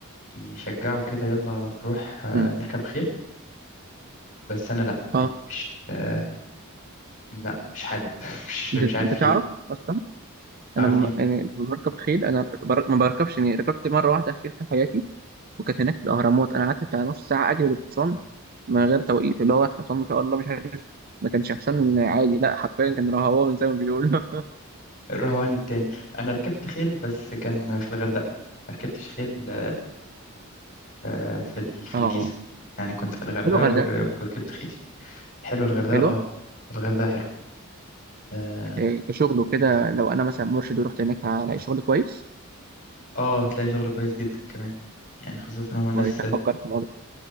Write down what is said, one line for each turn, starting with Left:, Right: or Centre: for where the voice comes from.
Left: يشجعوا كده يلا نروح آه،
Right: مم.
Left: نركب خيل بس أنا لأ
Right: اه
Left: يعني مش آه لأ مش حابب <laughs> مش
Right: انت
Left: مش عارف
Right: انت تعرف
Left: ليه
Right: اصلا
Left: أعرف
Right: انا م...
Left: إيه
Right: انا لما بركب خيل انا بر... ما بركبش يعني ركبت مره واحده خيل في حياتي وكانت هناك في الاهرامات انا قعدت بتاع نص ساعه اجري بالحصان من غير توقيف اللي هو الحصان ما شاء الله مش عارف ما كانش حصان عادي لا حرفيا كان رهوان زي ما بيقولوا <laughs>
Left: الرهوان التاني أنا ركبت خيل بس كان في الغردقة ما ركبتش خيل آه، في ال- في
Right: اه
Left: الجيزة يعني كنت في الغردقة
Right: حلو غير
Left: ور-
Right: ده
Left: وركبت خيل حلوة الغردقة
Right: حلوه
Left: اه الغردقة حلوة اه
Right: إيه، كشغل وكده لو انا مثلا مرشد ورحت هناك هلاقي شغل كويس
Left: آه، تلاقي شغل كويس جدا كمان يعني خاصة ان هو الناس
Right: كويس افكر في الموضوع